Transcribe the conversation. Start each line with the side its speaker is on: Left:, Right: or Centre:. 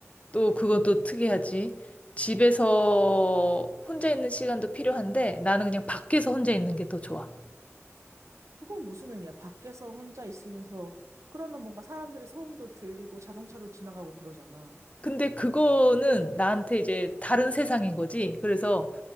Left: 또 그건 또 특이하지. 집에서 혼자 있는 시간도 필요한데 나는 그냥 밖에서 혼자 있는 게 더 좋아.
Right: 그건 무슨 의미야? 밖에서 혼자 있으면서 그러면 뭔가 사람들의 소음도 들리고 자동차도 지나가고 그러잖아.
Left: 근데 그거는 나한테 이제 다른 세상인 거지. 그래서